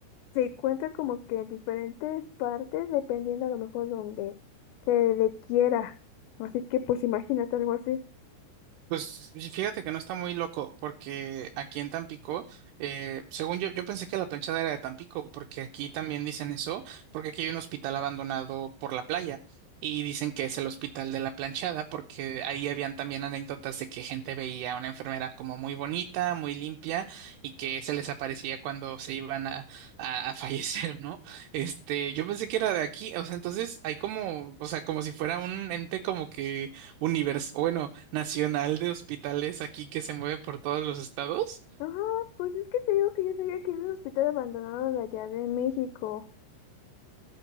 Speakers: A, on the left; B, on the right.
A: se encuentra como que en diferentes partes dependiendo a lo mejor donde se le quiera. Así que, pues, imagínate algo así.
B: Pues y fíjate que no está muy loco, porque aquí en Tampico, eh, según yo, yo pensé que la planchada era de Tampico, porque aquí también dicen eso, porque aquí hay un hospital abandonado por la playa y dicen que es el hospital de la planchada, porque ahí habían también anécdotas de que gente veía a una enfermera como muy bonita, muy limpia y que se les aparecía cuando se iban a, a, a <laughs> fallecer, ¿no? Este, yo pensé que era de aquí, o sea, entonces hay como, o sea, como si fuera un ente como que universo, bueno, nacional de hospitales aquí que se mueve por todos los estados.
A: Ajá, pues es que te digo que yo sabía que es un hospital abandonado de allá de México.